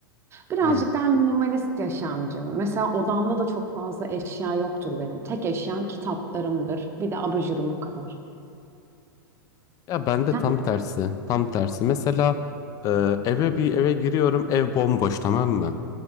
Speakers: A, on the right (about 20°); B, on the left (about 30°).
A: Birazcık
B: Hmm.
A: daha minimalist yaşamcım. Mesela odamda da çok fazla eşya yoktur benim. Tek eşyam kitaplarımdır. Bir de abajurumum kadar.
B: Ya ben de
A: Sen?
B: tam tersi. Tam tersi. Mesela eee, eve bir eve giriyorum, ev bomboş tamam mı?